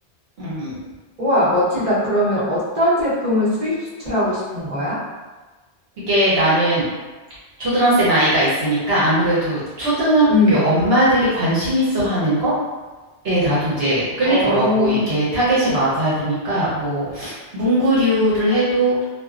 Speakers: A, on the right (about 65°); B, on the right (about 45°).
A: 음,
B: 우와, 멋지다. 그러면 어떤 제품을 수입 수출하고 싶은 거야?
A: 그게 나는 초등학생 아이가 있으니까 아무래도 초등학교
B: 응.
A: 엄마들이 관심 있어 하는 거에 나도 이제 끌리더라고.
B: 어,
A: 이게 타겟이 맞아야 되니까 뭐 문구류를 해도